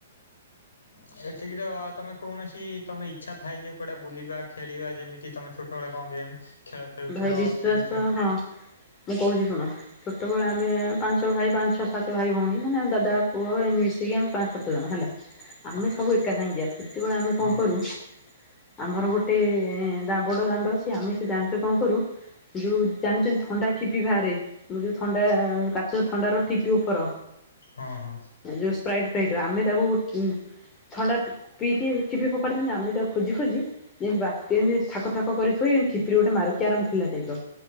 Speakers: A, on the left (about 75°); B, on the left (about 25°).
A: ହଁ <inaudible> ଏଠିକି ତ ଆଉ ତମେ କୌଣସି ତମେ ଇଚ୍ଛା ଥାଏ ଯେ କୁଆଡେ ବୁଲିବା ଖେଳିବା ଯେମିତି ତମେ ଛୋଟବେଳେ କଁ ଗେମ୍। ଖେଳ ଖେଳୁଥିଲ
B: ଭାଇ ବିଶ୍ଵାସ
A: ସେ ବିଷୟରେ।
B: ହଁ। ମୁଁ କହୁଛି ଶୁଣ। ଛୋଟବେଳେ ଆମେ ପାଞ୍ଚ ଭାଇ ପାଞ୍ଚ ଛ ସାତ ଭାଇ ଭଉଣୀ ମାନେ ଦାଦା ପୁଅ ଏମିତି ମିଶିକି ଆମେ ପାଞ୍ଚ ସାତ ଜଣ ହେଲା।
A: <inaudible>
B: ଆମେ ସବୁ ଏକା ସାଙ୍ଗିଆ ସେତେବେଳେ ଆମେ କଣ
A: ହଁ
B: କରୁ। ଆମର ଗୋଟେ ଦା ବଡ ଦାଣ୍ଡ ଅଛି ଆମେ ସେ ଦାଣ୍ଡ ରେ କଁ କରୁ ଯୋଉ ଜାଣିଛନ୍ତି ଥଣ୍ଡା ଠିପି ବାହାରେ ଆମେ ଯୋଉ ଥଣ୍ଡା। କାଚ ଥଣ୍ଡାର ଠିପି ଉପର
A: ହଁ ହଁ
B: ଯୋଉ ସ୍ପ୍ରାଇଟ ଫ୍ରାଇଟ୍ ର ଆମେ ତାକୁ ଉଁ। ଥଣ୍ଡା। ପିଇକି ଠିପି ଫପାଡି ଦିଅନ୍ତି ଆମେ ତାକୁ ଖୋଜି ଖୋଜି ଯେମିତି ବା ଏମିତି ଥାକ ଥାକ କରିଥୋଇ ଏମ ସେଠି ଗୋଟେ ମାରୁ କ୍ୟାରମ୍ ଖେଳିଲା ଟାଇପ୍ ର